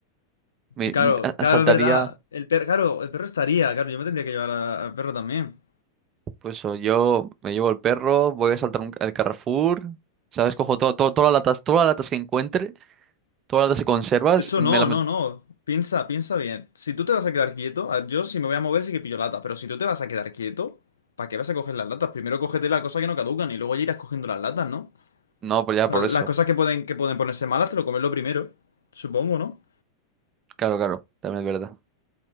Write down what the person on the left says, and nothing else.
claro,
claro,
es verdad. El perro, claro, el perro estaría, claro, yo me tendría que llevar a- al perro también.
De hecho,
no,
no, no. Piensa, piensa bien. Si tú te vas a quedar quieto, a ver, yo si me voy a mover sí que pillo latas, pero si tú te vas a quedar quieto, ¿para qué vas a coger las latas? Primero cógete las cosas que no caducan y luego ya irás cogiendo las latas, ¿no?
O sea, las
cosas que pueden, que pueden ponerse malas te lo comes lo primero, supongo, ¿no?